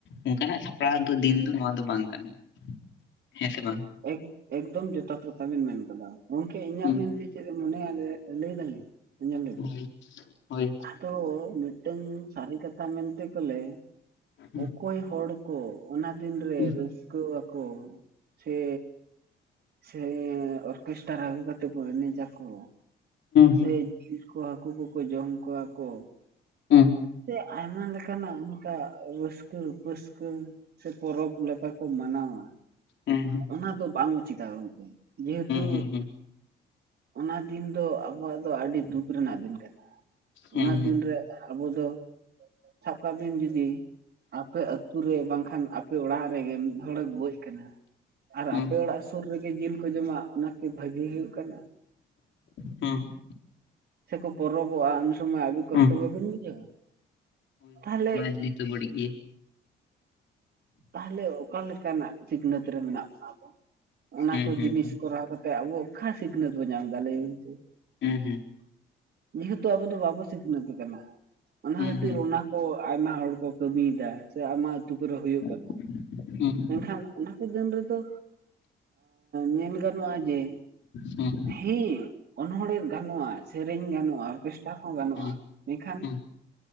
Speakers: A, on the left; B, on the right.
A: ᱚᱱᱠᱟ ᱱᱟᱜ ᱥᱟᱯᱲᱟᱣ ᱫᱚ ᱫᱤᱱ ᱫᱚ ᱱᱚᱣᱟ ᱫᱚ ᱵᱟᱝ ᱠᱟᱱᱟ ᱾ ᱦᱮᱸ ᱥᱮ ᱵᱟᱝ?
B: ᱮᱠ ᱮᱠᱫᱚᱢ ᱡᱚᱛᱷᱟ ᱠᱟᱛᱷᱟ ᱵᱮᱱ ᱢᱮᱱ ᱠᱟᱫᱟ, ᱜᱚᱝᱠᱮ ᱤᱧᱟᱹᱜ
A: ᱦᱩᱸ
B: ᱢᱮᱱᱛᱮ ᱪᱮᱫ ᱢᱚᱱᱮᱭᱟ ᱞᱟᱹᱭᱟ-ᱞᱟᱹᱭ <unintelligible> ᱾ ᱟᱸᱡᱚᱢ
A: ᱦᱳᱭ
B: <unintelligible> ᱾
A: ᱦᱳᱭ
B: ᱟᱫᱚ ᱢᱤᱫ ᱴᱮᱝ ᱥᱟᱹᱨᱤ ᱠᱟᱛᱷᱟ ᱢᱮᱱᱛᱮ ᱜᱮᱞᱮ
A: ᱦᱩᱸ
B: ᱚᱠᱚᱭ ᱦᱚᱲ ᱠᱚ ᱚᱱᱟ ᱫᱤᱱ ᱨᱮ
A: ᱦᱩᱸ
B: ᱨᱟᱹᱥᱠᱟᱹ ᱣᱟᱠᱚ ᱥᱮ ᱥᱮ ᱚᱨᱠᱮᱥᱴᱟᱨ ᱟᱹᱜᱩ ᱠᱟᱛᱮ ᱠᱚ ᱮᱱᱮᱡ ᱟᱠᱚ ᱥᱮ
A: ᱦᱩᱸ
B: ᱡᱤᱞ ᱠᱚ ᱦᱟᱹᱠᱩ ᱠᱚᱠᱚ ᱡᱚᱢ ᱠᱚᱣᱟ ᱠᱚ
A: <unintelligible>
B: ᱥᱮ ᱟᱭᱢᱟ ᱞᱮᱠᱟᱱᱟᱜ ᱚᱱᱠᱟ ᱨᱟᱹᱥᱠᱟᱹ ᱯᱟᱹᱥᱠᱟᱹ ᱾ ᱥᱮ ᱯᱚᱨᱚᱵᱽ ᱞᱮᱠᱟ ᱠᱚ ᱢᱟᱱᱟᱣᱟ ᱾
A: ᱦᱮᱸ, ‌ᱦᱮᱸ᱾
B: ᱚᱱᱟ ᱫᱚ ᱵᱟᱝ ᱩᱪᱤᱛᱟ ᱜᱚᱢᱠᱮ ᱡᱮᱦᱮᱛᱩ
A: ᱦᱩᱸ ᱦᱩᱸ
B: ᱚᱱᱟ ᱫᱤᱱ ᱫᱚ ᱟᱵᱚᱣᱟᱜ ᱫᱚ ᱟᱹᱰᱤ ᱫᱩᱠ ᱨᱮᱱᱟᱜ ᱫᱤᱱ ᱠᱟᱱᱟ ᱾
A: ᱦᱩᱸ
B: ᱚᱱᱟ
A: ᱦᱩᱸ
B: ᱫᱤᱱ ᱨᱮ ᱟᱵᱚ ᱫᱚ ᱥᱟᱵ ᱠᱟᱜ ᱵᱤᱱ ᱡᱩᱫᱤ ᱟᱯᱮ ᱟᱹᱛᱩ <unintelligible> ᱵᱟᱝᱠᱷᱟᱱ ᱟᱯᱮ ᱚᱲᱟᱜ ᱨᱮᱜᱮ ᱢᱤᱫ ᱦᱚᱲᱮ ᱜᱚᱡ ᱠᱟᱱᱟ ᱾ ᱟᱨ
A: ᱦᱩᱸ
B: ᱟᱯᱮ
A: ᱦᱩᱸ
B: ᱚᱲᱟᱜ ᱥᱳᱨ ᱨᱮᱜᱮ ᱡᱤᱞ ᱠᱚ ᱡᱚᱢᱟ ᱚᱱᱟᱠᱤ ᱵᱷᱟᱜᱤ ᱦᱳᱭᱳᱜ ᱠᱟᱱᱟ?
A: ᱦᱩᱸ᱾
B: ᱥᱮᱠᱚ ᱯᱚᱨᱚᱵᱚᱜᱼᱟ ᱩᱱ ᱥᱚᱢᱚᱭ <unintelligible> ᱠᱚᱥᱴᱚ
A: ᱦᱩᱸ
B: ᱵᱟᱵᱤᱱ ᱵᱩᱡᱷᱟᱹᱣᱟ ᱛᱟᱦᱟᱞᱮ
A: ᱱᱤᱛ <unintelligible>
B: ᱛᱟᱦᱟᱞᱮ ᱚᱠᱟ ᱞᱮᱠᱟ ᱱᱟᱜ ᱥᱤᱠᱷᱱᱟᱹᱛ ᱨᱮ ᱢᱮᱱᱟᱜ ᱵᱚᱱᱟ ᱟᱵᱚ ᱚᱱᱟ
A: ᱦᱩᱸ
B: ᱠᱚ
A: ᱦᱩᱸ
B: ᱡᱤᱱᱤᱥ
A: ᱦᱩᱸ
B: ᱠᱚᱨᱟᱣ ᱠᱟᱛ ᱛᱮ ᱟᱵᱳ ᱚᱠᱟ ᱥᱤᱠᱷᱱᱟᱹᱛ ᱵᱚ ᱧᱟᱢ ᱫᱟ ᱞᱟᱹᱭ ᱵᱤᱱ ᱥᱮ᱾
A: ᱦᱩᱸ, ‌ᱦᱩᱸ᱾
B: ᱡᱮᱦᱮᱛᱩ ᱟᱵᱚ ᱫᱚ ᱵᱟᱵᱚ ᱥᱤᱠᱷᱱᱟᱹᱛ ᱠᱟᱱᱟ ᱾ ᱚᱱᱟ
A: ᱦᱩᱸ
B: ᱠᱷᱟᱹᱛᱤᱨ
A: ᱦᱩᱸ
B: ᱚᱱᱟ
A: ᱦᱩᱸ
B: ᱠᱚ ᱟᱭᱢᱟ ᱦᱚᱲ ᱠᱚ ᱠᱟᱢᱤᱭ ᱫᱟ, ᱥᱮ ᱟᱭᱢᱟ ᱟᱹᱛᱩ ᱠᱚᱨᱮ ᱦᱳᱭᱳᱜᱼᱟ᱾
A: <unintelligible>
B: ᱠᱷᱟᱱ, ᱚᱱᱟ ᱵᱤᱫᱟ. ᱞ ᱨᱮᱫᱚ ᱧᱮᱞ ᱜᱟᱱᱚᱜᱼᱟ ᱡᱮ ᱾
A: ᱦᱩᱸ
B: ᱦᱮᱸ ᱚᱱᱚᱬᱦᱮᱸ ᱜᱟᱱᱚᱜᱼᱟ, ᱥᱮᱨᱮᱧ ᱜᱟᱱᱚᱜᱼᱟ, ᱚᱨᱠᱮᱥᱴᱟᱨ ᱦᱚᱸ ᱜᱟᱱᱚᱜᱼᱟ,
A: ᱦᱩᱸ
B: ᱢᱮᱠᱷᱟᱱ
A: ᱦᱩᱸ ᱦᱩᱸ